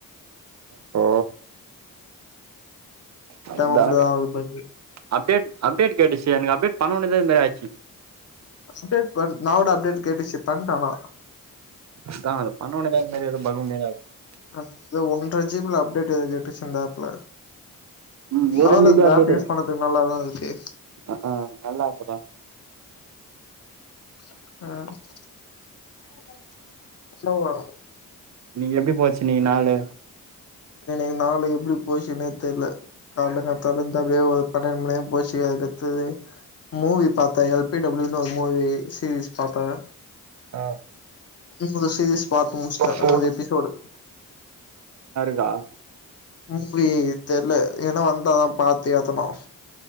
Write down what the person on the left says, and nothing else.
டைம் அப்டிதா ஆகுது பக்கு
அப்டேட் வந் நா கூட அப்டேட் கேட்டுச்சு பண்ட்ட ஆனா
ஆ ஏதோ ஒன்றரை ஜிபில அப்டேட் எது கேட்டுச்ச இந்த ஆப்ல
பரவால்ல இந்த ஆப் யூஸ் பண்ணதுக்கு நல்லாதா இருக்கு
அ <unintelligible>
இன்னிக்கு நாளு எப்டி போச்சுன்னே தெர்ல கால காத்தால இருந்து அப்டியே ஒரு பன்னிரெண்டு மணிநேரம் போச்சு அதுக்கு அடுத்தது மூவி பாத்தே எல்பிடபிள்யூன்னு ஒரு மூவி சீரிஸ் பாத்தே
<inaudible> சீரிஸ் பார்த்து முடிச்டே
நூறு எபிசோடு
மூவி தெரியல ஏதுனா வந்தா பாத்து ஏத்தனும்